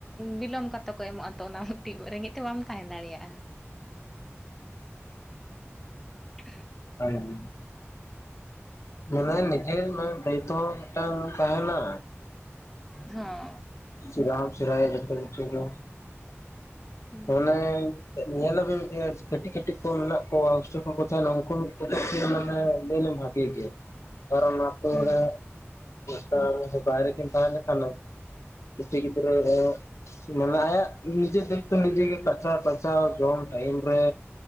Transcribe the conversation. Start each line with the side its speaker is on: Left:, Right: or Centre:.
Centre: ᱵᱤᱞᱚᱢ ᱠᱟᱛᱮ ᱠᱚ ᱮᱢᱚᱜᱼᱟ ᱛᱚ ᱚᱱᱟᱜ ᱨᱮᱸᱜᱮᱡ ᱛᱮ ᱵᱟᱢ ᱛᱟᱦᱮᱸ ᱫᱟᱲᱮᱭᱟᱜᱼᱟ ᱾ ᱦᱮᱸ
Left: ᱦ ᱢᱟᱱᱮ ᱱᱤᱡᱮᱨ ᱫᱟᱹᱭᱛᱚ ᱢᱤᱫᱴᱟᱝ ᱛᱟᱦᱮᱱᱟ
Centre: ᱦᱮ
Left: ᱥᱤᱨᱟ ᱦᱚᱢ ᱥᱮᱲᱟᱭᱟ ᱡᱚᱛᱚ ᱠᱤᱪᱷᱩ ᱜᱮ
Centre: ᱦᱩᱸ
Left: ᱢᱚᱱᱮ ᱧᱮᱞᱞᱟᱵᱤᱱ ᱡᱮ ᱠᱟᱹᱴᱤᱡ ᱠᱟᱹᱴᱤᱡ ᱠᱚ ᱢᱮᱱᱟᱜ ᱠᱚᱣᱟ ᱚᱥᱴᱮᱞ ᱠᱚ ᱛᱟᱦᱮᱱᱟ ᱩᱱᱠᱩ ᱠᱷ ᱢᱟᱱᱮ ᱞᱟᱹᱭᱞᱤ ᱵᱷᱟᱜᱤ ᱜᱮ ᱠᱟᱨᱚᱱ ᱟᱛᱳ
Centre: ᱦᱩᱸ
Left: ᱨᱮ ᱫᱷ ᱵᱟᱟᱭᱨᱮ ᱪᱤᱱᱛᱟ ᱦᱮ ᱠᱷᱟᱱᱛᱮ ᱠᱤ ᱫᱷᱮ ᱢᱟᱱᱮ ᱟᱭᱟᱜ ᱱᱤᱡᱮ ᱫᱚ ᱱᱤᱡᱮᱜ ᱜᱮ ᱠᱟᱪᱷᱟ ᱠᱟᱪᱟᱣ ᱡᱚᱢ ᱴᱟᱭᱤᱢ ᱨᱮ